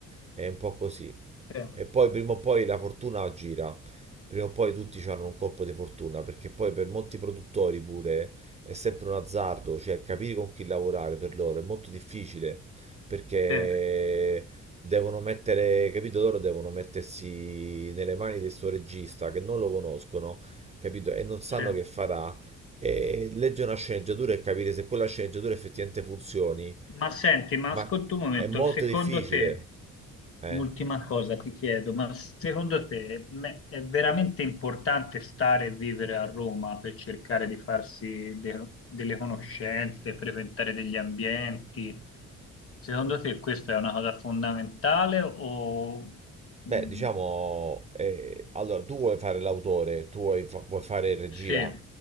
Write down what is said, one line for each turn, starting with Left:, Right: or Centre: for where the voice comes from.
Right: è un po' così.
Left: sì,
Right: E poi prima o poi la fortuna gira, prima o poi tutti hanno un colpo di fortuna, perché poi per molti produttori pure è sempre un azzardo, cioè capire con chi lavorare per loro è molto difficile, perché
Left: sì,
Right: devono mettere, capito, loro devono mettersi nelle mani di sto regista che non lo conoscono, capito, e non sanno
Left: sì.
Right: che farà, e leggere una sceneggiatura e capire se quella sceneggiatura effettivamente funzioni,
Left: Ma senti, ma
Right: ma
Left: ascolta un momento,
Right: è molto
Left: secondo
Right: difficile,
Left: te...
Right: eh.
Left: Un'ultima cosa ti chiedo, ma secondo te me- è veramente importante stare e vivere a Roma per cercare di farsi de- delle conoscenze, frequentare degli ambienti? Secondo te questa è una cosa fondamentale o mh,
Right: Beh, diciamo, eh, allora tu vuoi fare l'autore, tu vuoi, fa- vuoi fare regia,
Left: sì?